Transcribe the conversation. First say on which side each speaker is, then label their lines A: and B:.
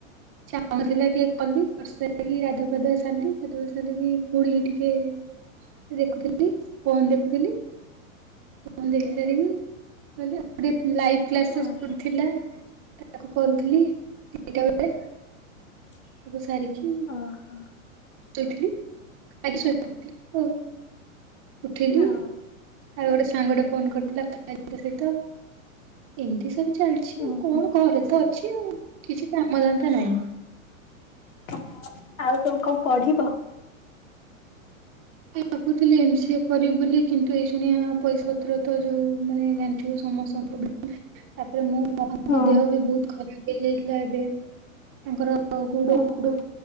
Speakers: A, on the right (about 30°); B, on the left (about 70°).
A: ଯାହା କାମ ଥିଲା ଟିକେ କଲି କରି ସାରିକି ଗାଧୁ ଗାଧୁଆ ସାରିଲି ଗାଧୁଆ ସାରିକି ପୁଣି ଟିକେ ଏ ଦେଖୁଥିଲି ଫୋନ ଦେଖୁଥିଲି ହୁଁ ଦେଖି ସାରିକି ଗଲି ଆଉ ଗୋଟେ ଲାଇ ଥିଲା ସେ
B: ଓହୋ।
A: ସ୍କୃ ଥିଲା ତାକୁ କରୁଥିଲି ଦିଟା ବେଳେ।
B: <inaudible>
A: ତାକୁ ସାରିକି
B: ଓହୋ।
A: ଦେଇଥିଲି। ଖାଇକି ଶୋଇପଡ଼ିଥିଲି ଆଉ ଉଠିଲି
B: ଓ
A: ତାର ଗୋଟେ ସାଙ୍ଗଟେ ଫୋନ କରିଥିଲା କଥା ହେଲି ତା ସହିତ ଏମିତି ସବୁ ଚାଲି ଅଛି
B: ଓହୋ
A: ଆଉ କଣ ଘରେ ତ ଅଛି ଆଉ କିଛି କାମଧନ୍ଦା ନାହିଁ।
B: ଓହୋ ଆଉ ସବୁ କଣ ପଢିବ?
A: ଭାବୁଥିଲେ ଏମ୍ ସି ଏ କରିବି ବୋଲି। କିନ୍ତୁ ଏ ଶୁଣିଆ ପଇସା ପତ୍ର ତ ଯୋଉ ମାନେ ଜାଣିଥିବ ସମସ୍ତଙ୍କ ବ୍ଲା ତାପରେ ମୋ ମାଙ୍କ
B: ହଁ
A: ଦେହ ବି ବହୁତ ଖରାପ ହେଇଯାଇଥିଲା ଏବେ। ତାଙ୍କର ଗୋଡ
B: ଓହୋ
A: ଫୋଡ